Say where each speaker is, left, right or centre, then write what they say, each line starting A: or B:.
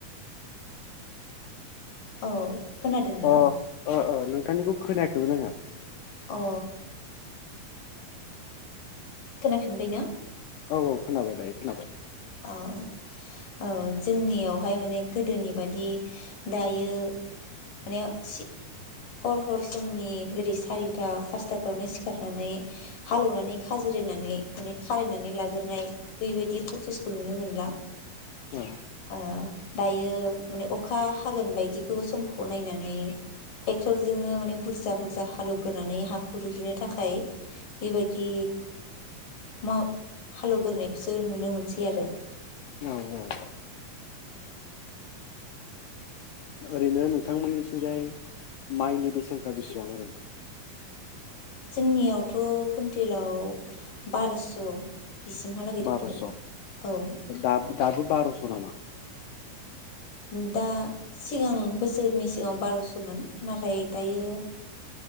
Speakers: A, on the left; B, on the left.
A: औ खोनादों ना
B: अ ओ ओ नोंथांनिखौ खोनायाखैमोन आङो।
A: अ <inaudible> खोनाफिनबाय ना
B: औ औ खोनाबाय दायो खोनाबाय
A: औ औ ओ जोंनियावहाय माने गोदोनि बादि दायो माने सि हर हर समनि जेरै सारिथा पासताफ्रावनो सिखारनानै हालेवनानै खाज्रायनानै माने खारायनानै लाग्रोनाय बेबायदि प्रसेसखौ नुनो मोनला।
B: औ
A: आ दायो माने अखा हागोन बायदिखौ समखौ नायनानै ट्रेक्टरजोंनो माने बुरजा बुरजा हालेवग्रानै हाखौ रुहैनो थाखाय बेबायदि माव-हालेवग्रोनायखौसो नुनो मोनसै आरो।
B: औ औ औ ओरैनो नोंथांमोननिथिंजाय माइनि बेसेनफ्रा बेसेबां ओरैनो।
A: जोंनियावथ' कुइन्टेलाव बारस' बिसिमहालागै थांबाय
B: बार'स'
A: औ
B: दा दाबो बारस' नामा
A: दा सिगां बोसोरनि सिगां बारस'मोन नाथाय दायो